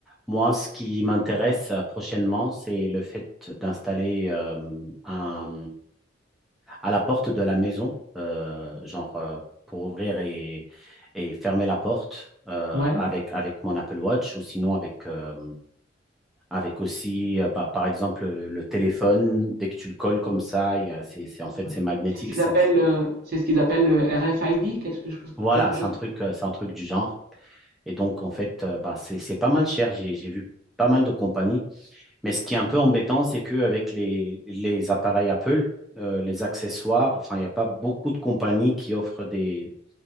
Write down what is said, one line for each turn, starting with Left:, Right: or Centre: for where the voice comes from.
Centre: Moi, ce qui m'intéresse euh, prochainement, c'est le fait d'installer euh, un, à la porte de la maison, euh, genre euh, pour ouvrir et, et fermer la porte euh,
Right: Ouais.
Centre: avec, avec mon Apple Watch ou sinon avec, euh, avec aussi, euh, par, par exemple, le, le téléphone. Dès que tu le colles comme ça, il y a- c'est, c'est- en fait,
Right: Ouais.
Centre: c'est magnétique.
Right: C'est ce qu'ils
Centre: Ça.
Right: appellent, euh, c'est ce qu'ils appellent le RFID, quelque chose,
Centre: Voilà,
Right: quelque
Centre: c'est
Right: chose.
Centre: un truc, euh, c'est un truc du genre. Et donc, en fait, euh, bah, c'est, c'est pas mal cher. J'ai, j'ai vu pas mal de compagnies Mais ce qui est un peu embêtant, c'est qu'avec les, les appareils Apple, euh, les accessoires, enfin, il n'y a pas beaucoup de compagnies qui offrent des,